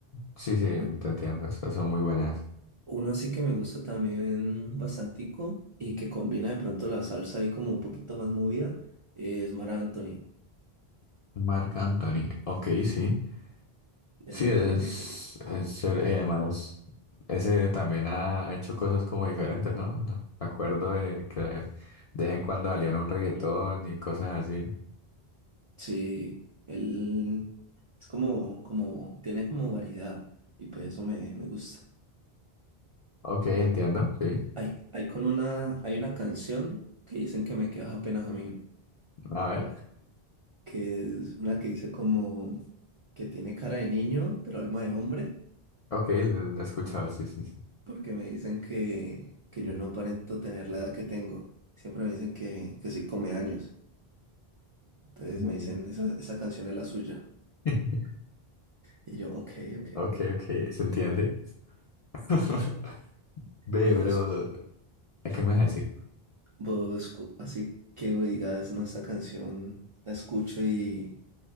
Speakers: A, on the left; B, on the right.
A: Sí, sí,
B: U-
A: te entiendo. Esas son muy buenas.
B: Uno así que me gusta también bastantico y que combina de pronto la salsa ahí como un poquito más movida, es Mar Anthony.
A: Marc Anthony. Ok, sí.
B: Le
A: Sí,
B: mete,
A: es,
B: le mete. ahí.
A: es chévere, y además, ese también ha hecho cosas como diferentes, ¿no? No, Me acuerdo de que de vez en cuando salían un reggaetón y cosas así.
B: Sí, él es como, como, tiene como variedad y pues eso me, me gusta.
A: Ok, entiendo, sí.
B: Hay, hay con una, hay una canción que dicen que me quedas apenas a mí,
A: A ver,
B: que es una que dice como que tiene cara de niño, pero alma de hombre.
A: ok, lo, lo he escuchado, sí, sí, sí.
B: porque me dicen que, que yo no aparento tener la edad que tengo. Siempre me dicen que, que soy come años. Entonces
A: Mm.
B: me dicen, esa, esa canción es la suya.
A: <laughs>
B: Y yo, ok, ok.
A: Ok, ok, se entiende. <laughs> Ve,
B: Y vos,
A: bro, ¿a qué me vas a decir?
B: vos, cu- así que me digas, no, esta canción la escucho y,